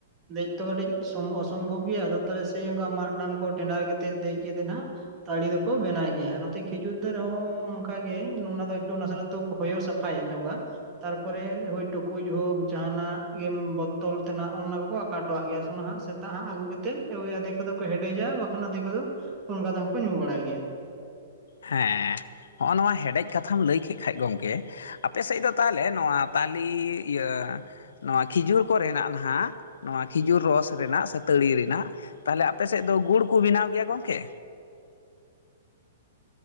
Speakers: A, on the right; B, on the left.
A: ᱫᱮᱡ ᱛᱚ ᱠᱟᱹᱴᱤᱡ ᱚᱥᱚᱢᱵᱷᱚᱵᱽ ᱜᱮᱭᱟ ᱟᱫ ᱥᱮᱭ ᱚᱱᱠᱟ ᱢᱟᱟᱜ ᱰᱟᱝ ᱠᱚ ᱴᱮᱸᱰᱟᱨ ᱠᱟᱛᱮᱜ ᱫᱮᱡ ᱠᱟᱛᱮᱜ ᱦᱱᱟᱜ, ᱛᱟᱲᱤ ᱫᱚᱠᱚ ᱵᱮᱱᱟᱣ ᱜᱮᱭᱟ ᱱᱚᱛᱮ ᱠᱷᱤᱡᱩᱨ ᱫ ᱨᱮᱦᱚᱸ ᱚᱱᱠᱟ ᱜᱮ ᱚᱱᱟ ᱫᱚ ᱮᱠᱩ ᱱᱟᱥᱮᱱᱟᱜ ᱛᱚ ᱦᱳᱭᱳ ᱥᱯᱷᱟᱭ ᱮ ᱧᱜᱟ, ᱛᱟᱨᱯᱚᱨᱮ ᱦᱳᱭ ᱴᱩᱠᱩᱡ ᱦᱳᱠ ᱡᱟᱦᱟᱱᱟᱜ ᱜᱮ ᱵᱚᱛᱚᱞ ᱛᱮᱱᱟᱜ ᱚᱱᱟ ᱠᱚᱠᱚ ᱟᱠᱟᱴᱚᱣᱟᱜ ᱜᱮᱭᱟ ᱥᱮ ᱚᱱᱟᱦᱟᱜ, ᱥᱮᱛᱟᱜ ᱦᱟᱸ ᱟᱹᱜᱩ ᱠᱟᱛᱮᱫ ᱳᱭ ᱟᱫᱷᱮ ᱠᱚ ᱠᱚ ᱦᱮᱰᱮᱡᱟ ᱵᱟᱠᱷᱟᱱ ᱟᱫᱷᱮ ᱠᱚᱫᱚ ᱚᱱᱠᱟ ᱛᱮ ᱠᱚ ᱧᱩ ᱵᱟᱲᱟᱭ ᱜᱮᱭᱟ,
B: ᱦᱮᱸ ᱦᱚᱜᱼᱚ ᱱᱚᱣᱟ ᱦᱮᱰᱮᱡ ᱠᱟᱛᱷᱟᱢ ᱞᱟᱹᱭ ᱠᱮᱫ ᱠᱷᱟᱡ ᱜᱚᱢᱠᱮ ᱟᱯᱮ ᱥᱮᱫ ᱫᱚ ᱛᱟᱦᱚᱞᱮ ᱱᱚᱣᱟ ᱛᱟᱞᱮ ᱤᱭᱟᱹ ᱱᱚᱣᱟ ᱠᱷᱤᱡᱩᱨ ᱠᱚᱨᱮᱱᱟᱜ ᱱᱟᱦᱟᱜ ᱱᱚᱣᱟ ᱠᱷᱤᱡᱩᱨ ᱨᱚᱥ ᱨᱮᱱᱟᱜ ᱥᱮ ᱛᱟᱹᱲᱤ ᱨᱮᱱᱟᱜ, ᱛᱟᱦᱚᱞᱮ ᱟᱯᱮ ᱥᱮᱫ ᱫᱚ ᱜᱩᱲ ᱠᱚ ᱵᱮᱱᱟᱣ ᱜᱮᱭᱟ ᱜᱚᱝᱠᱮ,